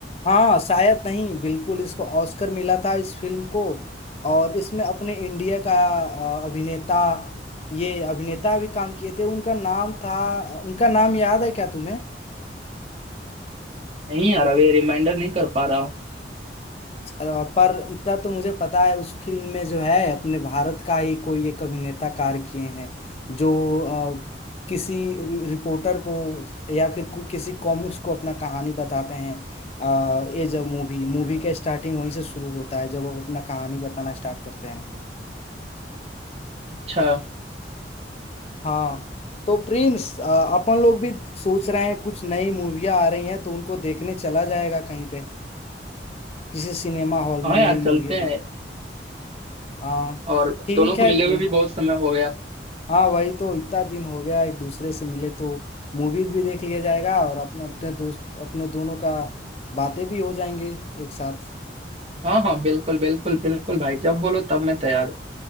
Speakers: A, on the left; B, on the right.
A: हाँ शायद नहीं बिल्कुल इसको ऑस्कर मिला था इस फिल्म को और इसमें अपने इंडिया का अ, अभिनेता ये अभिनेता भी काम किए थे उनका नाम था उनका नाम याद है क्या तुम्हें
B: नहीं यार अभी रिमाइंडर नहीं कर पा रहा हूँ
A: अ, पर इतना तो मुझे पता है उस फिल्म में जो है अपने भारत का ही कोई एक अभिनेता कार्य किए हैं जो अ, किसी रि- रिपोर्टर को या फिर को, किसी कॉमिक्स को अपना कहानी बताते हैं अ, ये जब मूवी मूवी का स्टार्टिंग वहीं से शुरू होता है जब वो अपना कहानी बताना स्टार्ट करते हैं
B: अच्छा
A: हाँ तो प्रिंस अ, अपन लोग भी सोच रहे हैं कुछ नई मूवियाँ आ रही हैं तो उनको देखने चला जाएगा कहीं पे किसी सिनेमा हॉल में
B: हाँ
A: नई
B: यार
A: मूवियों
B: चलते हैं
A: पर हाँ
B: और
A: ठीक
B: दोनों को
A: है
B: मिले
A: प्रिंस
B: हुए भी बहुत समय हो गया
A: हाँ वही तो इतना दिन हो गया एक दूसरे से मिले तो मूवीज भी देख लिया जाएगा और अपना अपने दोस्त अपने दोनों का बातें भी हो जाएंगे एक साथ
B: हाँ हाँ बिल्कुल बिल्कुल बिल्कुल भाई जब बोलो तब मैं तैयार हूँ